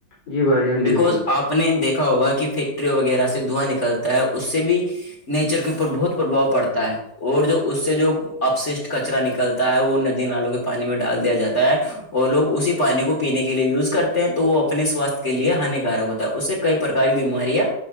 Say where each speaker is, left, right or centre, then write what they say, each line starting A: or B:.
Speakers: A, on the left (about 65°); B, on the left (about 40°).
A: جی بھائی جان بالکل
B: بکز آپ نے دیکھا ہوگا کہ فیکٹریوں وغیرہ سے دھواں نکل کرتا ہے اس سے بھی نیچر کے اوپر بہت پرباؤ پڑتا ہے اور جو اس سے جو اپششٹ کچرا نکلتا ہے وہ ندی نالوں کے پانی میں ڈال دیا جاتا ہے اور لوگ اسی پانی کو پینے کے لیے یوز کرتے ہیں تو وہ اپنے سوستھ کے لیے ہانیکارک ہوتا ہے اس سے کئی پرار کی بیماریاں